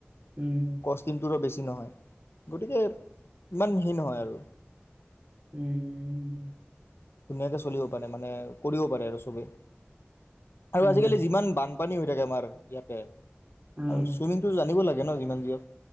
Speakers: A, on the right; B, on the left.
A: উম।
B: কষ্টটিং টো বেছি নহয়। গতিকে ইমান হেৰি নহয় আৰু।
A: উম
B: ধুনীয়াকে চলিব পাৰে মানে। কৰিব পাৰে আৰু চবেই। আৰু
A: উম,
B: আজিকালি যিমান বানপানী হৈ থাকে আমাৰ ইয়াতে।
A: উম,
B: আৰু ছুইমিংটো জানিব লাগে ন, যিমান যি হক,